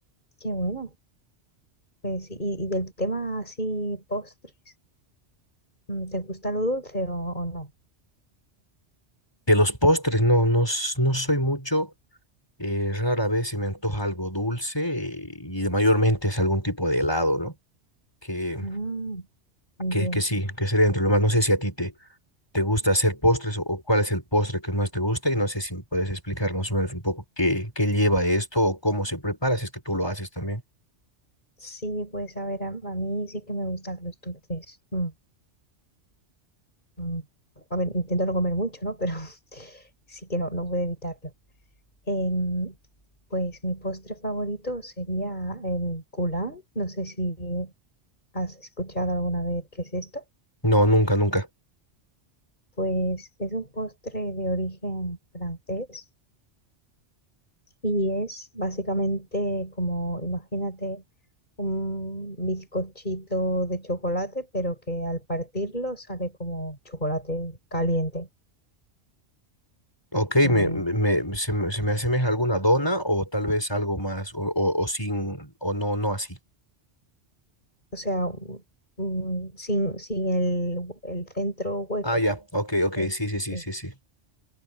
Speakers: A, on the left; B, on the left.
A: qué bueno. Pues, y, y del tema así, postres, mm, ¿te gusta lo dulce o, o no?
B: De los postres, no, no, s- no soy mucho. eh, rara vez se me antoja algo dulce eh, y mayormente es algún tipo de helado, ¿no? Que,
A: Mm, entiendo.
B: que, que sí, que sería entre lo más. No sé si a ti te, te gusta hacer postres o, o cuál es el postre que más te gusta y no sé si me puedes explicar más o menos un poco qué, qué lleva esto o cómo se prepara, si es que tú lo haces también.
A: Sí, pues a ver, a, a mí sí que me gustan los dulces. Mm, mm. A ver, intento no comer mucho, ¿no? Pero <laughs> sí que no, no puedo evitarlo. Em, pues mi postre favorito sería el goulard. No sé si has escuchado alguna vez qué es esto.
B: No, nunca, nunca.
A: Pues es un postre de origen francés Y es básicamente como, imagínate, un bizcochito de chocolate, pero que al partirlo sale como chocolate caliente.
B: Ok,
A: Eh,
B: me, me, me- se, me se me asemeja alguna dona o tal vez algo más o, o, o sin o no, no así.
A: o sea, un- un- sin, sin el, el centro hueco,
B: Ah, ya, ok, ok,
A: es,
B: sí, sí,
A: sí.
B: sí, sí, sí.